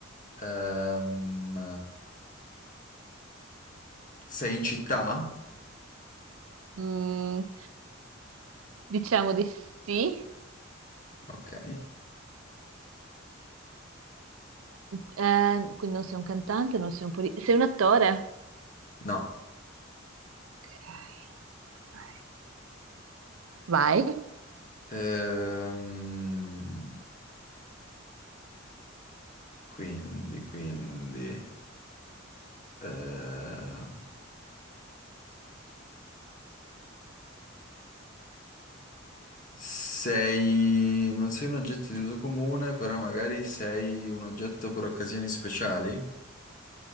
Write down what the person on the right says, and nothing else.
mm, diciamo di sì.
Eh, quindi non sei un cantante, non sei un politico. Sei un attore?
ok, ok. Vai.